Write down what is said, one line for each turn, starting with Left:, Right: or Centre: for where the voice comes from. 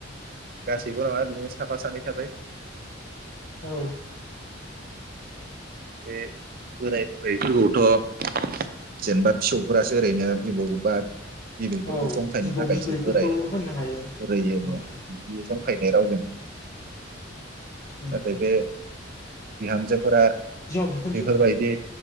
Right: गासैबो नङा बिदिनो साफा सानै थाबाय।
Left: औ
Right: बे बोराइ बुरैफोरखौथ' जेनेबा फिसौफोरासो ओरैनो बिबौ बा बिबैफोरखौ
Left: औ
Right: जंखायनो
Left: बिबौ
Right: थाखायसो
Left: बिबैफोरखौ
Right: बोराइ
Left: होननो हायो उम
Right: बुरै होनो बिदि जंखायनाय रावजों।
Left: उम
Right: नाथाय बे बिहामजोफोरा
Left: बिहाव बिखुनजो
Right: बेफोर बायदि